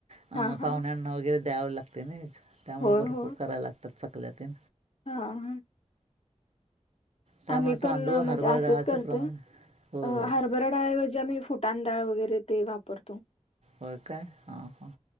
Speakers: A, on the right; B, on the left.
A: अं
B: हा हा
A: पाहुण्यांना वगैरे द्यावे लागते नाही त्यामुळे
B: होय
A: भरपूर
B: हो
A: करायला लागतात. चकल्या त्या!
B: हा!
A: त्यामुळे
B: आम्ही पण
A: तांदूळ
B: म्हणजे
A: हरभरा
B: असंच
A: डाळाचं
B: करतोय
A: प्रमाण होय होय
B: हारबराडाऐवजे आम्ही फ तांडाळ वगैरे ते वापरतो.
A: ब काय ह ह.